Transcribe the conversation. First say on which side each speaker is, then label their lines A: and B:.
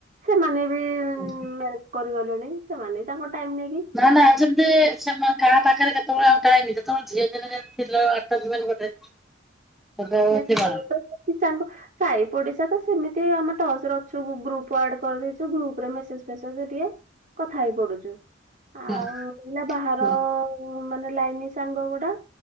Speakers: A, on the right; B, in the centre.
A: ସେମାନେ ବି
B: <unintelligible>
A: ମ୍ୟାରେଜ କରିଗଲେଣି ସେମାନେ ତାଙ୍କ ଟାଇମ ନେଇକି
B: ନାଁ ନାଁ ଯେମିତି ସେମା କାହା ପାଖେରେ କେତେବଳେ ଆଉ ଟାଇମ ଯେତେବେଳେ ଝିଅ ଦିନେ ଯେମିତି ଥିଲ ଆଟାଜ୍ ମାନେ ଗୋଟେ <inaudible>
A: ନାଇଁ
B: ଥିବ
A: ମୋର
B: ନା?
A: ତ ଯେତିକି ଚାଙ୍ଗ ସାଇ ପଡିଶା ତ ସେମିତି ଆମେ ଟଚ୍‌ରେ ଅଛୁ ଗ୍ରୁପ ଆଡ କରିଦେଇଚୁ ଗ୍ରୁପ ରେ ମେସେଜ ଫେସେଜ ଟିକେ। କଥା ହେଇ ପଡୁଚୁ ଆଉ
B: ହୁଁ
A: ଏଇନା ବାହାର
B: ହୁଁ
A: ଏମା ମାନେ ଲାଇନି ସାଙ୍ଗ ଗୁଡା